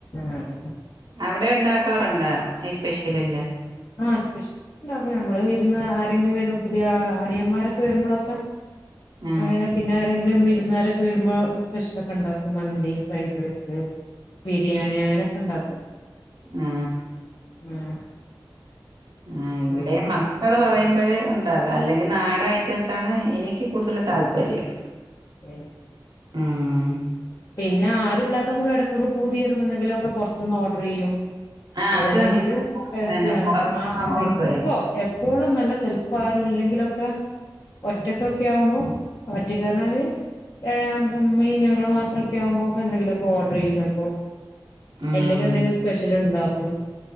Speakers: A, on the left; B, on the right.
A: ആഹ്
B: അവിടെ ഒണ്ടാക്കാറുണ്ടാ ഈ സ്പെഷ്യൽ എല്ലാം
A: ആഹ് സ്പെഷ്യല് ഇണ്ടാക്കും ഞമ്മള് വിരുന്ന് ആരെങ്കിലും വരും പുതിയ ആളിയന്മാര് ഒക്കെ വരുമ്പളൊക്കെ
B: ആ
A: അങ്ങനെ പിന്നെ ആരെങ്കിലും വിരുന്നുകാര് ഒക്കെ വരുമ്പോ സ്പെഷ്യല് ഒക്കെ ഒണ്ടാക്കും മന്തി ഫ്രൈഡ് റൈസ് ബിരിയാണി അങ്ങനൊക്കെ ഒണ്ടാക്കും
B: ആ
A: ഉം
B: ആഹ് ഇവിടെ
A: വേറെന്തൊക്കെ
B: മക്കള് പറയുമ്പഴ് ഉം ഇണ്ടാക്ക അല്ലെങ്കി നാടൻ ഐറ്റംസ് ആണ് എനിക്ക് കൂടുതൽ താല്പര്യം
A: മ്
B: ഉം
A: പിന്നെ ആരും ഇല്ലാത്തപ്പ എടക്ക് ഒക്കെ പൂതിയേറുമ്പ എന്തെങ്കിലും ഒക്കെ പൊറത്തൂന്ന് ഓർഡറ് ചെയ്യും
B: ആ
A: അത് അല്ലെങ്കില്
B: അങ്ങനെ അങ്ങനെന്നെ
A: ഹെൽത്തിയാണ്
B: പുറത്ത്ന്ന്
A: ആ ചെലപ്പോ
B: ഓർഡർ ആയി
A: എ എപ്പോഴും നല്ല ചെലപ്പോ ആരും ഇല്ലെങ്കിലൊക്കെ ഒറ്റക്കൊക്കെ ആവുമ്പോ ഒറ്റക്ക് പറഞ്ഞാല് ഏഹ് അമ്മയും ഞങ്ങളും മാ ഒരു ഉച്ചയാമ്പോക്കെ എന്തെങ്കിലും ഒക്കെ ഓർഡർ ചെയ്യും ചെലപ്പോ
B: ഉം
A: എല്ലെങ്കി എന്തേലും സ്പെഷ്യൽ ഇണ്ടാക്കും